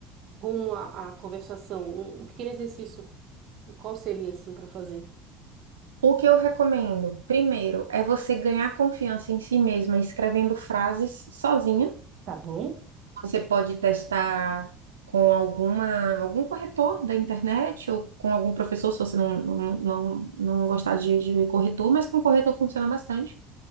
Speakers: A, on the right (about 50°); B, on the right (about 75°).
A: rumo à, à conversação. Um, um pequeno exercício, qual seria assim para fazer?
B: O que eu recomendo, primeiro, é você ganhar confiança em si mesma escrevendo frases sozinha.
A: Tá bom?
B: Você pode testar com alguma, algum corretor da internet ou com algum professor, se você não, não, não, não gostar de, de corretor, mas com corretor funciona bastante.